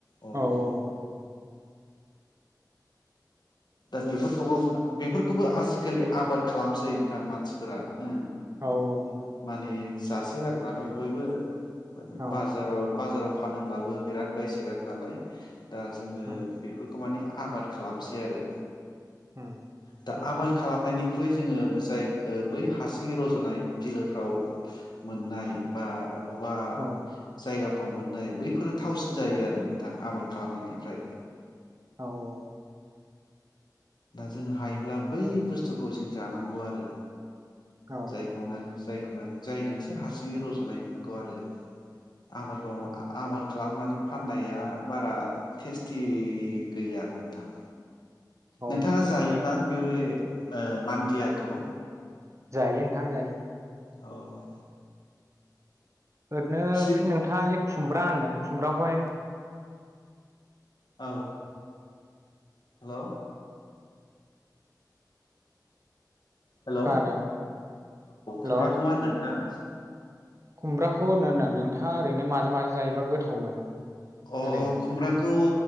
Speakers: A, on the left; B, on the right.
A: अ' ओम
B: औ औ
A: दा बेफोरखौबो बेफोरखौबो आजिखालि आबाद खालामसै नोंथां मानसिफोरा हो
B: औ औ नोंथां
A: माने जासोगारो नालाय बयबो माने
B: औ
A: बाजाराव बाजाराव फानोब्लाबो बिराद बायसोगारो नालाय दा जोङो
B: औ
A: बेफोरखौ माने आबाद खालामसै आरो
B: होम
A: दा आबाद खालामनायनिख्रुइ जोङो जाय ओ बै हारसिङै रज'नाय बिलोफ्राव मोननाय बा बबावबा
B: औ
A: जायगाफ्राव मोननाय बैफोरो थावसिन जायो आरो नोंथां आबाद खालामनायनिफ्राय
B: औ
A: दा जों हायोब्ला बै बुस्थुखौ जों जानांगौ आरो
B: औ
A: जायखौनो जायखौनो जायनोसो हारसिङै रज'नाय बेखौ आरो आबाद मावो आबाद खालामनानै फाननाया बारा टेस्टि गैया नोंथां।
B: औ
A: नोंथाङा जायोना बे ओ मान्दियाखौ
B: जायो नोंथां जायो।
A: औ
B: ओरैनो
A: सि
B: बे नोंथाङा जे खुमब्रा होनदों खुमब्राखौहाय
A: औ हेलौ हेल'औ
B: खोनादों हेल'
A: खुमब्राखौ मा होनदों नोंथाङा?
B: खुमब्राखौ होनो होदो आं नोंथाङा ओरैनो माजो माजो जायोबा गोथाव मोनो?
A: अ
B: ओरैनो
A: खुमब्राखौ